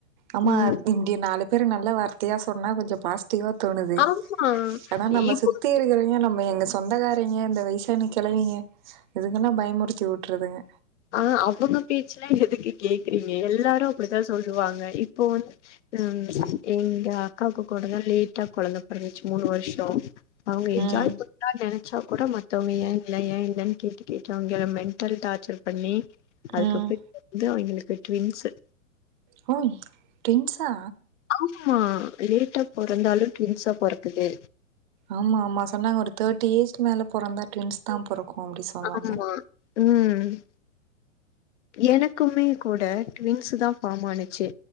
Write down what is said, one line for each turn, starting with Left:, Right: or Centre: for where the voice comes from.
Right: ஆமா
Left: ம்
Right: இங்க நாலு பேரு நல்ல வார்த் தையா சொன்னா கொஞ்சோ பாசிட்டிவா தோணுது
Left: ஆமா
Right: ஏனா நம்ம
Left: இப்போ
Right: சுத்தி இருக்கிற ஏ நம்ம எங்க சொந்தக்காரிங்க இந்த வயசான கெழவிங்க இதுங்கெல்லா பயமுறுத்தி வுட்றுதுங்க
Left: ஆ அவங்க பேச்சல்லா எதுக்கு கேக்குறீங்க எல்லாரு அப்டித்தா சொல்லுவாங்க இப்போ வந்து ம் எங்க அக்காக்கு கூடத்தா லேட்டா கொழந்த பொறந்துச்சு மூணு வருஷோ அவுங்க என்ஜாய்
Right: ம்
Left: நா நெனச்சா கூட மத்தவுங்க ஏன் இல்ல ஏன் இல்லன் கேட்டு கேட்டு அவுங்ள மெண்ட்டல் டார்ச்சர் பண்ணி அதுக்கப்றமேட்டு
Right: ம்
Left: தா அவிங்களுக்கு ட்வின்ஸ்சு
Right: ஹோய் ட்வின்ஷா
Left: ஆமா லேட்டா பொறந்தாலு ட்வின்ஸா பொறக்குது
Right: ஆமா ஆமா சொன்னாங்க ஒரு தேர்ட்டி ஏஜ்ட் மேலே பொறந்தா ட்வின்ஸ் தா பொறக்கு அப்டி சொன்னாங்க
Left: ஆமா ம் எனக்குமே கூட ட்வின்ஸ் தா ஃபார்ம் ஆனுச்சு